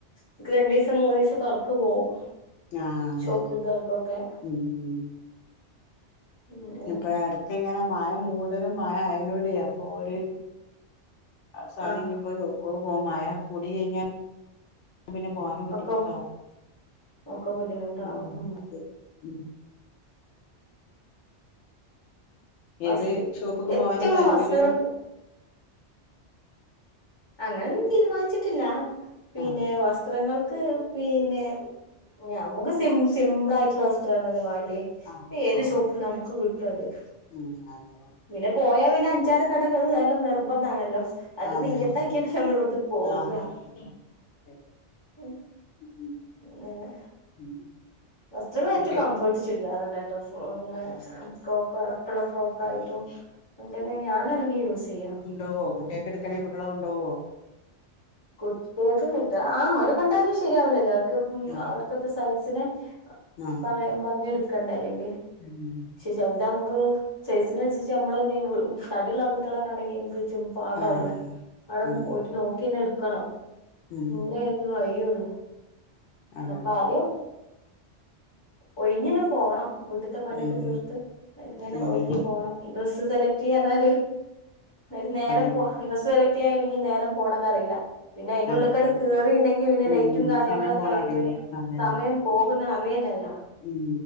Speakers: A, on the left; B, on the left.
A: നിക്ക്‌ രണ്ടിസ് ദസം മൂന്ന് ദിവസം ഒക്കെ ഉറക്ക്‌ പോവും
B: ആഹ് അതെ
A: ഷോപ്പ്
B: അതെ
A: ഉള്ളവർക്കൊക്കെ
B: ഉം
A: ഉം
B: ഇപ്പൊ ഇടക്ക്‌ ഇങ്ങനെ മഴ മൂടലും മഴ അയനോടെയ അപ്പൊ ഓര് അവസാനം
A: ആഹ്
B: ഇനിയിപ്പോ ഷോപ്പിലേക്ക് പോം മഴ കൂടി കഴിഞ്ഞാൽ പിന്നെ പോകാനും ബുദ്ധിമുട്ടാവും
A: ഒക്കെ ഒക്കെ ബുദ്ധിമുട്ടാവും
B: മ്
A: ഉം
B: ഉം
A: വസ്
B: ഏത് ഷോപ്പക്ക്
A: ഏറ്റവും
B: പോവാനാ താല്പര്യോ
A: വസ്ത്രങ്ങൾ അങ്ങനെന്നും തീരുമാനിച്ചിട്ടില്ല പിന്നെ
B: ആഹ്
A: വസ്ത്രങ്ങൾക്ക് പിന്നെ നമുക്ക് സിം സിമ്പിൾ ആയിട്ടുള്ള വസ്ത്രോക്കെയാണ് വേണ്ടിയെ
B: ആഹ്
A: ഇപ്പ ഏത്
B: ആഹ്
A: ഷോപ്പും നമുക്ക് കി ചോദ്യ
B: ഉം അളവാ
A: പിന്നെ പോയാൽ പിന്നെ അഞ്ചാറ് കടകൾ കേറൽ നിർബന്ധമാണല്ലോ അത്
B: അതെ
A: നീ
B: അതെ അതെ
A: തൈക്കാതെ നമ്മളോവിടുന്ന് പോക
B: ആഹ്
A: ഉം
B: ഉം
A: അങ്ങനെ
B: ഉം
A: വസ്ത്രങ്ങൾ ഏറ്റം
B: കുട്ടി
A: കംഫോർട്ട് ചുരിദാർന്നെ ട്ട് ഫോ അങ്ങനെ
B: ആഹ്
A: ഫ്രോക്ക് ഇറക്കുള്ള ഫ്രോക്കായിട്ടും
B: ആഹ്
A: എൻതന്നെ ഞാൻ അധികം യൂസ് ചെയ്യാറ്
B: കൊണ്ടൊവോ കുട്ടികക്കെടുക്കണേ കുട്ടിയോളെ കൊണ്ടോവോ
A: കുട്ടികക്ക്‌ കിട്ട ആഹ്‌ അവരെ കൊണ്ടവാഞ്ഞ ശരിയാവൂലല്ലോ അവർക്കിപ്പം
B: ആ
A: അവർക്കൊത്ത സൈസിന്
B: ആ
A: പറയം പറഞ്ഞെടുക്കണ്ടെ അല്ലെങ്കിൽ
B: ഉം
A: പക്ഷെ ചിലത് നമുക്ക് സൈസിനനുസരിച്ച് നമ്മൾ എന്ത്‌ ചെയ്യും തടിയുള്ളള്ള കുട്ടികളെക്കെണെങ്കിൽ എന്ത് ചും പാകായില്ല
B: ആ
A: അവിടെ
B: ഉം
A: പോയിട്ട് നോക്കിന്നെ എടുക്കണം
B: ഉം
A: എങ്കിലേ ഒരു വഴി ഒള്ളു
B: അതെ
A: അപ്പൊ
B: അതെ
A: അത് ഒഴിഞ്ഞന്നെ പോണം മുറ്റത്തെ പണിയൊക്കെ
B: ഉം
A: തീർത്ത് കനെ
B: ഉം
A: ഒഴിങ്ങി പോണം ഡ്രസ്സ് സെലക്ട് ചെയ്യാനത് ഒരു നേരം
B: അതെ അതെ
A: പോ ഡ്രസ്സ് സെലക്ട്‌ ചെയ്യാൻ ഒരുങ്ങി നേരം പോകണത് അറിയില്ല പിന്നെ അതിന്റെ
B: ആ
A: ഉള്ളക്കട്
B: അതെ.
A: കേറിണ്ടെങ്കിൽ പിന്നെ
B: ഉം
A: ലൈറ്റും കാര്യങ്ങളൊക്കെ
B: സമയം പോണ
A: ആയി
B: അറിയില്ല
A: ട്ട്
B: അതെ
A: സമയം
B: അതെ അതെ
A: പോകുന്ന
B: ഉം
A: അറിയന്നില്ല
B: ഉം